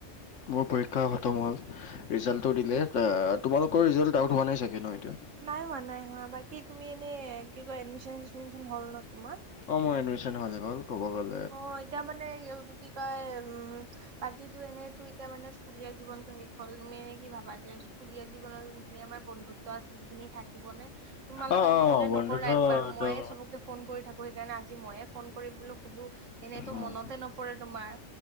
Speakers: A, on the left (about 80°); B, on the right (about 90°).
A: মোৰ পৰীক্ষা খতম হ'ল। ৰিজাল্টটো দিলে। তোমালোকৰ ৰিজাল্টটো আউট হোৱা নাই চাগে ন এতিয়া?
B: নাই হোৱা, নাই হোৱা। বাকী তুমি এনে কি কয় এডমিছন-চেদমিচন হ'ল ন তোমাৰ?
A: অ মই এডমিছন হয় গ'ল ক'ব গল
B: অ এতিয়া মানে কি কয় উম বাকীটো এনেইটো এতিয়া মানে স্কুলীয়া জীৱনটো শেষ হ'ল। তুমি এনে কি ভাবা যে স্কুলীয়া জীৱনত যোনখিনি আমাৰ বন্ধু ত আছিল সেইখিনি থাক থাকিবনে? তোমালোকেটো
A: অ
B: ফনে
A: অ বন্ধুতো
B: নকৰা একবাৰো।
A: একদম
B: ময়ে চবকে ফোন কৰি থাকো সেইকাৰণে আজি ময়ে ফন কৰি বোলো সুধো এনেইটো
A: উম
B: মনতে নপৰে তোমাৰ।